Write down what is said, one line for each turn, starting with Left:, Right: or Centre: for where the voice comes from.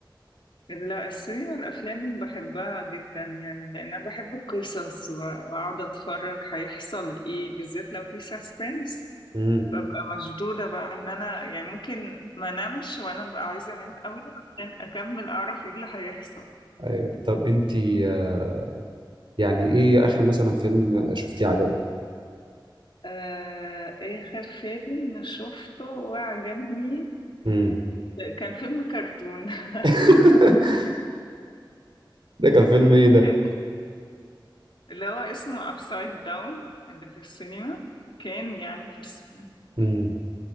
Left: لا السينما الافلام بحبها جدا يعني لان انا بحب القصص و- واقعد اتفرج هيحصل ايه بالذات لو في سسبنس
Right: امم
Left: ببقى مشدودة بقى ان انا يعني ممكن ما نمش وانا ببقى عايزة انام قوي عشان اكمل اعرف ايه اللي هيحصل
Right: ايوه طب انتي آه، يعني ايه اخر مثلا فيلم شفتيه عجبك
Left: آه، اخر فيلم شفته وعجبني
Right: امم
Left: كان فيلم كرتون <laughs>
Right: <laughs> ده كان فيلم ايه ده؟
Left: كان اللي هو اسمه ابسايد داون اللي في السينما كان يعني في السينما
Right: ابسط